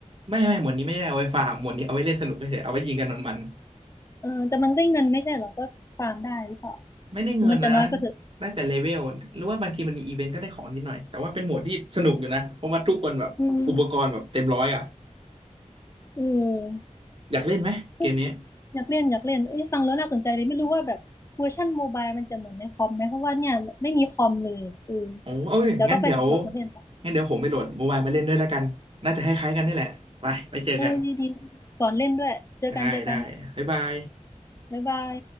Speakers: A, on the right; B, on the left.
A: ไม่ไม่หมวดนี้ไม่ได้เอาไว้ฟาร์มหมวดนี้เอาไว้เล่นสนุกเฉยๆเอาไว้ยิงกันมัน
B: ๆเออแต่มันได้เงินไม่ใช่เหรอก็ฟาร์มได้หรือเปล่า
A: ๆไม่ได้เงินนะ
B: ถึงมันจะน้อยก็เถอะ
A: ได้แต่เลเวลหรือว่าบางทีมันมีอีเวนต์ก็ได้ของนิดหน่อยแต่ว่าเป็นหมวดที่สนุกอยู่นะเพราะว่าทุกคนแบบอุปกรณ์แบบเต็มร้อยอ่ะ
B: อืมเออ
A: อยากเล่นไหมเกมนี้
B: เอ้ยอยากเล่นอยากเล่นเอ้ยฟังแล้วน่าสนใจเลยไม่รู้ว่าแบบเวอร์ชันโมบายมันจะเหมือนในคอมไหมเพราะว่าเนี่ยไม่มีคอมเลยอะเออ
A: โอ้โอ้ยงั้นเดี๋ยว
B: เดี๋ยวต้องไปหาโหลดมาเล่นละ
A: งั้นเดี๋ยวผมไปโหลดโมบายมาเล่นด้วยแล้วกันน่าจะคล้ายๆกันนี่แหละไปไปเจอกัน
B: เออดีๆสอนเล่นด้วยเจอกันเจอกัน
A: ได้ได้บ๊ายบาย
B: บ๊ายบาย